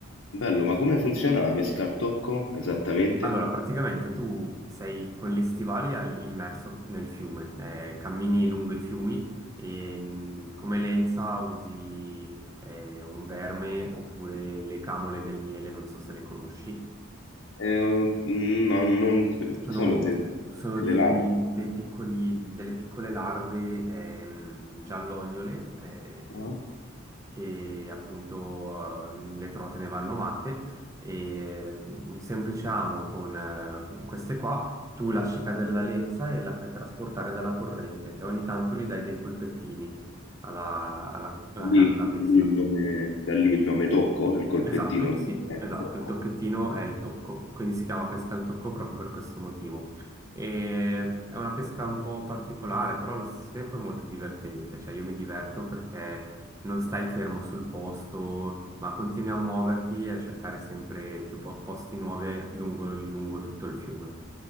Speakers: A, on the left; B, on the right.
A: Bello, ma come funziona la pesca al tocco esattamente?
B: Allora, praticamente tu sei con gli stivali al- immerso nel fiume, eh, cammini lungo i fiumi e mh, come lenza usi eh, un verme oppure le camole del miele, non so se le conosci
A: Eh, non, non-
B: Sono,
A: sono de-
B: sono
A: delle
B: dei,
A: labbra,
B: dei piccoli, delle piccole larve ehm, giallognole eh,
A: Ah.
B: che appunto ehm, le trote ne vanno matte e un semplice amo con eh, queste qua, tu lasci cadere la lenza e la fai trasportare dalla corrente e ogni tanto gli dai dei colpettini alla, alla, alla
A: da lì,
B: canna da pesca.
A: da lì il nome, da lì il nome Tocco, il colpettino
B: Esatto,
A: che
B: sì,
A: viene
B: esatto,
A: da Tocco.
B: il tocchettino è il tocco, quindi si chiama pesca al tocco proprio per questo motivo. E è una pesca un po' particolare, però allo stesso tempo è molto divertente, cioè io mi diverto perché non stai fermo sul posto, ma continui a muoverti e a cercare sempre più po- posti nuovi lungo, lungo tutto il fiume.